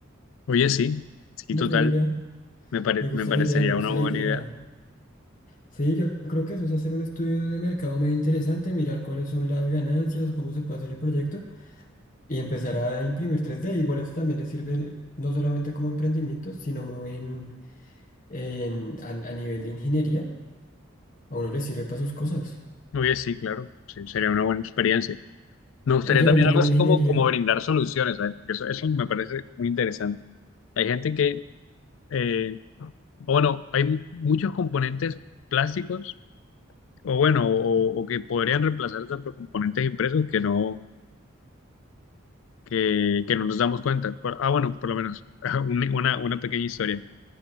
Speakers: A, on the left; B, on the left.
A: oye, sí, sí,
B: Y
A: total,
B: no es mala idea.
A: me pare-
B: Me gusta
A: me parecería
B: la idea, me gusta
A: una buena
B: la idea.
A: idea.
B: Sí, yo creo que eso es hacer un estudio de mercado medio interesante, mirar cuáles son las ganancias, cómo se puede hacer el proyecto y empezar a imprimir 3D. Igual esto también le sirve no solamente como emprendimiento, sino uno en, en- a, a nivel de ingeniería, a uno le sirve para sus cosas.
A: Oye, sí, claro, sí, sería una buena experiencia. Me gustaría
B: Oye,
A: también
B: hablando
A: algo
B: de
A: así
B: ingeniería,
A: como, como brindar soluciones, ¿sabes? Porque eso, eso me parece muy interesante. Hay gente que, eh, Bueno, hay muchos componentes plásticos, o bueno, o, o que podrían reemplazarse por componentes impresos que no, que, que no nos damos cuenta. Por- ah, bueno, por lo menos, <laughs> un- una, una pequeña historia.